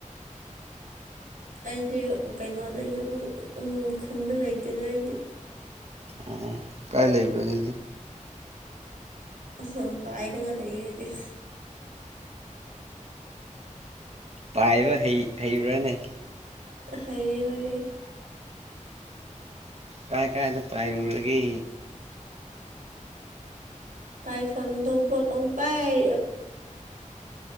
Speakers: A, on the right (about 85°); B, on the right (about 50°).
A: ꯑꯩꯗꯤ ꯀꯩꯅꯣꯗ ꯌꯨꯝ ꯈꯨꯟꯗ ꯂꯩꯇꯦꯗ ꯑꯩꯗꯤ
B: ꯎꯝ ꯀꯥꯏ ꯂꯩꯕꯗꯤ
A: ꯑ ꯄꯥꯏꯔꯒ ꯂꯩꯗꯤ
B: ꯄꯥꯏꯕ ꯍꯩꯕꯨꯔꯅꯦ
A: ꯍꯥꯏꯌꯦ ꯍꯌꯦ
B: ꯀꯥꯏ ꯀꯥꯏꯗ ꯄꯥꯏꯔꯨꯔꯒꯦ
A: ꯄꯥꯏꯐꯝ ꯊꯣꯛꯄ ꯄꯪꯄꯥꯏ